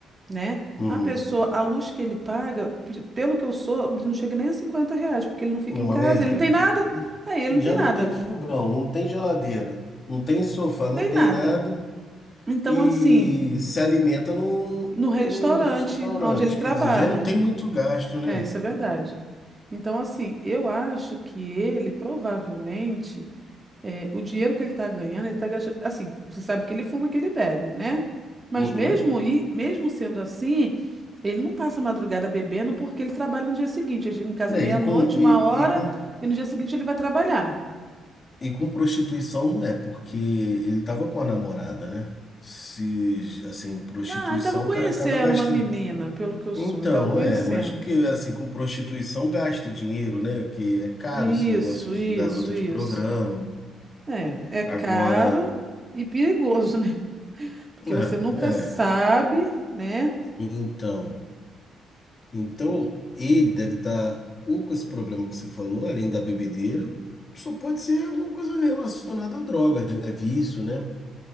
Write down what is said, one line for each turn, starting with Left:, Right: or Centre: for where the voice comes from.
Right: né?
Left: uhum,
Right: A pessoa, a luz que ele paga, pe- pelo que eu soube, não chega nem a 50 reais, porque ele não fica
Left: é uma
Right: em casa,
Left: merreca.
Right: ele não tem nada.
Left: E,
Right: É, ele
Left: e
Right: não
Left: já
Right: tem nada,
Left: não tem fogão, não tem geladeira, não tem sofá, não
Right: tem
Left: tem
Right: nada.
Left: nada
Right: Então,
Left: e
Right: assim,
Left: se alimenta no,
Right: no restaurante
Left: no restaurante.
Right: onde ele trabalha.
Left: Quer dizer, já não tem muito gasto, né?
Right: É, isso é verdade. Então, assim, eu acho que ele provavelmente, é, o dinheiro que ele está ganhando, ele está gastando. Assim, você sabe que ele fuma, que ele bebe, né? Mas
Left: Uhum.
Right: mesmo, e, mesmo sendo assim, ele não passa a madrugada bebendo porque ele trabalha no dia seguinte. Ele chega em casa
Left: É,
Right: meia-noite,
Left: e com, e,
Right: uma hora,
Left: e com,
Right: e no dia seguinte ele vai trabalhar.
Left: e com prostituição não é, porque ele tava com a namorada, né? Se, assim, prostituição,
Right: Não, ele estava conhecendo
Left: o cara acaba gastando.
Right: uma menina, pelo que eu
Left: Então,
Right: soube, ele estava conhecendo.
Left: é, mas porque assim, com prostituição gasta dinheiro, né? Que é caro
Right: Isso,
Left: esse negócio de
Right: isso,
Left: garota
Right: isso.
Left: de programa.
Right: É, é
Left: Agora,
Right: caro e perigoso, <laughs> né? Porque
Left: é,
Right: você nunca
Left: é,
Right: sabe, né?
Left: então, então ele deve estar ou com esse problema que você falou, além da bebedeira, só pode ser alguma coisa relacionada a drogas, né? Vício, né?